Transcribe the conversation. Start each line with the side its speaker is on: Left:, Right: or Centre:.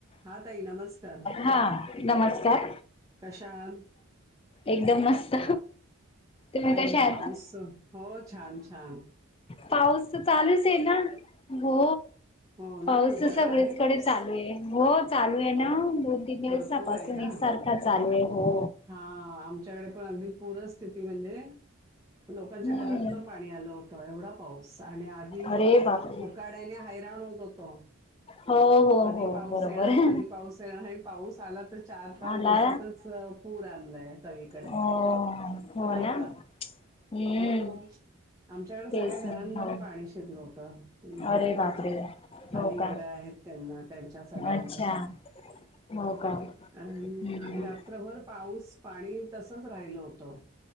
Right: हा ताई नमस्कार
Left: हा नमस्कार.
Right: कशा आहात
Left: एकदम मस्त, तुम्ही
Right: काय
Left: कशा
Right: म्हणता
Left: आहेत?
Right: पाऊस हो छान छान
Left: पाऊस तर चालूच आहे ना हो.
Right: हो ना
Left: पाऊस
Right: तुमच्याकडे
Left: तर सगळीचकडे
Right: आहे पाऊस
Left: चालू आहे. हो चालू आहे ना दोन-तीन दिवसापासून
Right: भरपूर आहे का
Left: एकसारखा चालू आहे हो.
Right: हा आमच्याकडे अगदी पुरं स्थिती म्हणजे लोकांच्या
Left: हम्म
Right: घरात न पाणी आलं होतं एवढा पाऊस आणि आधी
Left: अरे बापरे
Right: पोकाळ तेने हैराण होत होतो.
Left: हो हो
Right: कधी
Left: हो
Right: पाऊस
Left: बरोबर
Right: येणार
Left: आहे.
Right: कधी पाऊस येणार पाऊस आला तर चार-पाच
Left: आला
Right: दिवसातच पूर आणलाय सगळीकडे.
Left: हो हो
Right: नाही
Left: ना,
Right: का
Left: हम्म.
Right: हो आमच्याकडे सगळ्या
Left: तेच ना.
Right: घरांमध्ये
Left: हो
Right: पाणी शिरलो त म्हणजे
Left: अरे बापरे
Right: खाली
Left: हो का
Right: घरया आहेत त्यांना त्यांच्या सगळ्यांकडे
Left: अच्छा हो का.
Right: आणि
Left: हम्म
Right: आणि रात्रभर पाऊस, पाणी तसच राहिलं होतं.